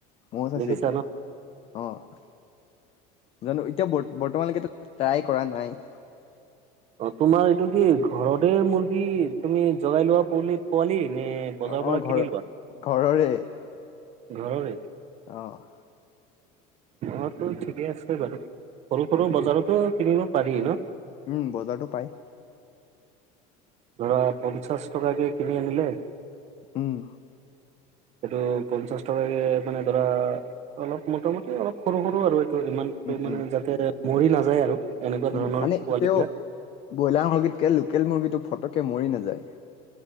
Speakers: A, on the left; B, on the right.
A: ময়ো চাইছো
B: দেখিছা
A: এইটো।
B: ন
A: অ' জানো এতিয়া ব বৰ্তমানলৈকে ট্ৰাই কৰা নাই।
B: অ' তোমাৰ এইটো কি ঘৰতে মুৰ্গী তুমি জগাই লোৱা পল পোৱালি নে বজাৰৰ
A: অ অ
B: পৰা
A: ঘৰ
B: কিনি লোৱা
A: ঘৰৰে
B: ঘৰৰে।
A: অ',
B: অ' তো ঠিকে আছে বাৰু সৰু সৰু বজাৰতো কিনিব পাৰি ন'?
A: উম, বজাৰতো পায়।
B: ধৰা পঞ্চাছ টকাকৈ কিনি আনিলে।
A: উম',
B: সেইটো পঞ্চাশ টকাকে মানে ধৰা অলপ মোটামুটি অলপ সৰু সৰু আৰু তটো ইমান
A: উম
B: মানে
A: উম
B: যাতে মৰি নাযায় আৰু এনেকুৱা
A: উম
B: ধৰণৰ
A: মানে
B: পোৱালী
A: তেওঁ
B: বিলাক।
A: ব্ৰইলাৰ মুৰ্গীতকৈ লোকেল মুৰ্গীটো ফটকৈ মৰি নাযায়।